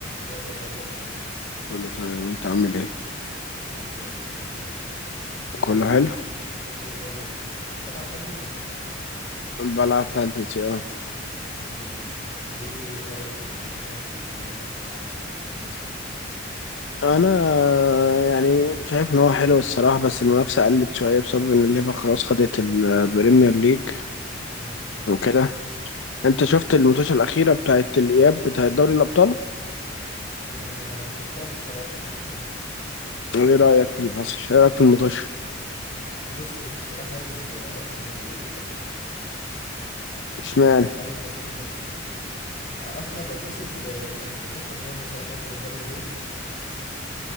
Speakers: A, on the left (about 40°); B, on the left (about 70°).
A: ازيك ايه الاخبار
B: كله تمام انت عامل ايه
A: انا زي الفل ايه
B: كله
A: الد-
B: حلو
A: كله زي الفل تلعب فانتسي
B: بلعب فانتزي اه
A: مم. ايه رايك في ال- اخر اسبوع تلعب في الفانتسي ده
B: انا يعني شايف ان هو حلو الصراحه بس المنافسه قلت شويه بسبب ان الليفر خلاص خدت البريمير ليج
A: مم.
B: وكده انت شفت الماتش الاخيره بتاعت الاياب بتاعت دوري الابطال
A: آه، شفتها الصراحه مم.
B: ايه رايك في اللي حصل ايه رايك في الماتش
A: بص كنت الصراحه عايز آه، ارسنال يكسب
B: اشمعنى
A: وكنت عايز برشلونه هي اللي تكسب آه، ارسنال لو كسب آه، هيكون في احتماليه ان صلاح ياخد البالون دور